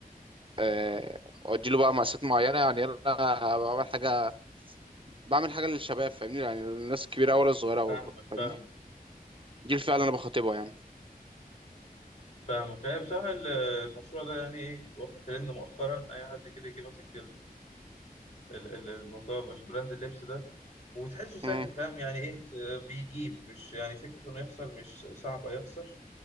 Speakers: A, on the right; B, on the left.
A: أه... اديله بقى مقاسات معينة يعني انا بعمل حاجة بعمل حاجة للشباب فاهمني يعني الناس الكبيرة ولا الصغيرة برضه
B: فاهمك
A: فاهمني
B: فاهمك
A: دي الفئة اللي انا بخاطبها يعني
B: فاهمك يعني بصراحة ال- المشروع ده يعني ايه واخد ترند مؤخرا اي حد كده يجي ماسك ال- ال- الموضوع مش براند اللبس ده وتحسه سهل
A: مم.
B: فاهم يعني ايه ت- بيجيب مش يعني فكرة انه يخسر مش صعبة يخسر